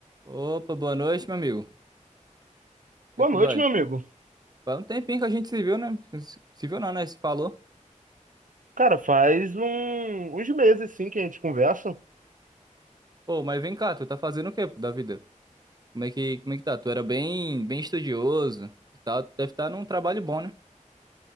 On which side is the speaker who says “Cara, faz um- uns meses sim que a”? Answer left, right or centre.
Right